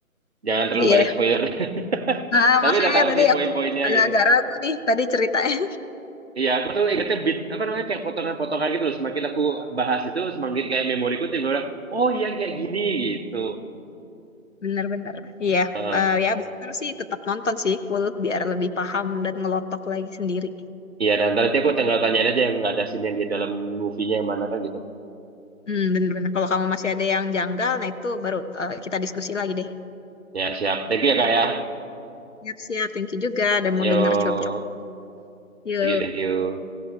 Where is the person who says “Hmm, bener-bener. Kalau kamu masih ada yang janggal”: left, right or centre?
Left